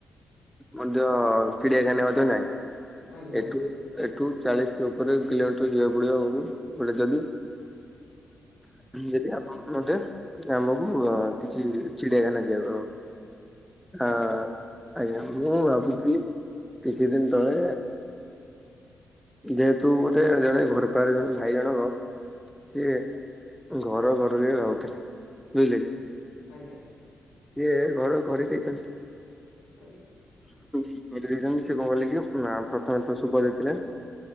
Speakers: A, in the centre; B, on the left.
A: ମଧ୍ୟ ଚିଡିଆଖାନା ମଧ୍ୟ ନାଇଁ।
B: ଆଜ୍ଞା
A: ଏଠୁ। ତୁ ଚାଳିଶ ଦ ଗୋଟେ କିଲୋମିଟର ଯିବାକୁ ପଡିବ ଆମକୁ। ଗୋଟେ ଯଦି ଯଦି ମତେ ଆମକୁ କିଛି ଚିଡିଆଖାନା ଯିବାକୁ ହବ। ହଁ।
B: ଆଜ୍ଞା
A: ଆଜ୍ଞା ମୁଁ ଭାବୁଛି କିଛି ଦିନ ତଳେ ଯେ ତୁ ଗୋଟେ ଜଣେ ଘର ପାଖାର ଜଣେ ଭାଇ ଜଣକ ସିଏ ଘର ଘରୁ ବି ଭାବଥିଲେ ବୁଝିଲେ କି।
B: ଆଜ୍ଞା।
A: ସିଏ ଘର କରି ଦେଇଛନ୍ତି।
B: ଆଜ୍ଞା।
A: ଛନ୍ତି ସେ କଣ ହେଲାକି ପ୍ରଥମେ ତ ସୁଖ ଦେଇଥିଲେ।